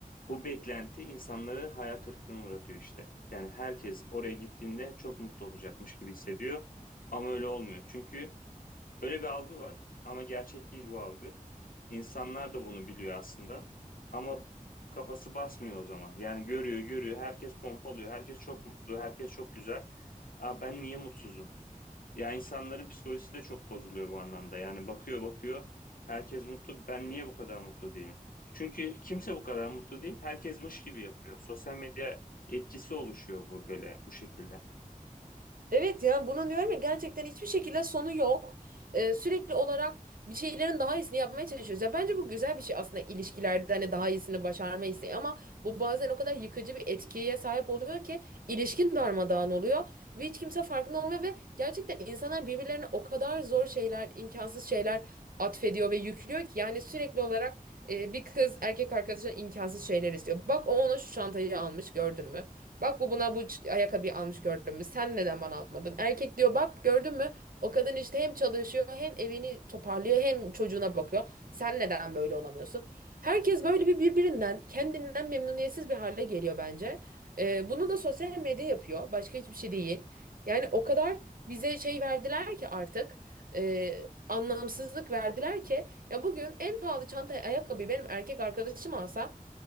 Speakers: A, on the left; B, on the right.
A: bu beklenti insanları hayal kırıklığına uğratıyor işte. Yani herkes oraya gittiğinde çok mutlu olacakmış gibi hissediyor. Ama öyle olmuyor. Çünkü böyle bir algı var ama gerçek değil bu algı. İnsanlar da bunu biliyor aslında. Ama kafası basmıyor o zaman. Yani görüyor, görüyor. Herkes pompalıyor. Herkes çok mutlu. Herkes çok güzel. Aa, ben niye mutsuzum? Ya insanların psikolojisi de çok bozuluyor bu anlamda. Yani bakıyor bakıyor herkes mutlu. Ben niye bu kadar mutlu değilim? Çünkü kimse bu kadar mutlu değil. Herkes mış gibi yapıyor. Sosyal medya etkisi oluşuyor bu böyle bu şekilde.
B: Evet ya bunu diyorum ya gerçekten hiçbir şekilde sonu yok. Ee, sürekli olarak bir şeylerin daha iyisini yapmaya çalışıyoruz. Ya bence bu güzel bir şey aslında ilişkilerde hani daha iyisini başarma isteği ama bu bazen o kadar yıkıcı bir etkiye sahip oluyor ki ilişkin darmadağın oluyor ve hiç kimse farkında olmuyor ve gerçekten insanlar birbirlerine o kadar zor şeyler, imkansız şeyler atfediyor ve yüklüyor ki yani sürekli olarak e, bir kız erkek arkadaşına imkansız şeyler istiyor. Bak o ona şu çantayı almış gördün mü? Bak bu buna bu ç- ayakkabıyı almış gördün mü? Sen neden bana almadın? Erkek diyor bak gördün mü? O kadın işte hem çalışıyor hem evini toparlıyor hem çocuğuna bakıyor. Sen neden böyle olamıyorsun? Herkes böyle bir birbirinden kendinden memnuniyetsiz bir hale geliyor bence. Ee, bunu da sosyal medya yapıyor. Başka hiçbir şey değil. Yani o kadar bize şey verdiler ki artık e, anlamsızlık verdiler ki ya bugün en pahalı çantayı ayakkabıyı benim erkek arkadaşım alsa